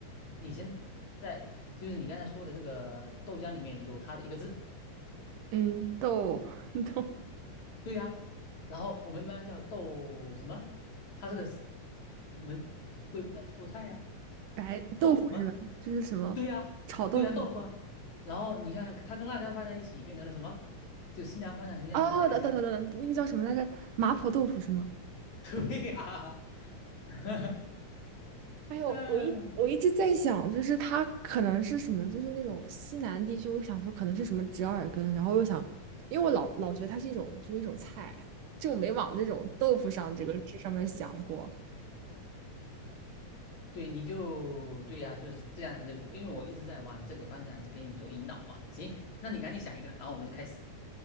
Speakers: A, on the left; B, on the right.
A: 你现在就是你刚才说的这个豆浆里面有它的一个字，
B: 嗯，豆 <laughs> 豆
A: 对呀、然后我们一般叫豆什么？它这个是我们会把它做菜呀、
B: 白豆腐是吧？
A: 豆什么？
B: 就是什么炒豆腐？
A: 对呀、对呀、豆腐啊。然后你看它跟辣椒放在一起变成了什么？就西南方向西样炒的一个菜。
B: 哦，等等等等，那个叫什么来着？麻婆豆腐是吗？
A: <laughs> 对呀、<laughs>
B: 哎呦，
A: 嗯
B: 我一我一直在想，就是它可能是什么，就是那种西南地区，我想说可能是什么折耳根，然后又想，因为我老老觉得它是一种就是一种菜，就我没往这种豆腐上这个这上面想过。
A: 对，你就对呀、就是这样就，因为我一直在往这个方向在给你做引导嘛。行，那你赶紧想一个，然后我们就开始。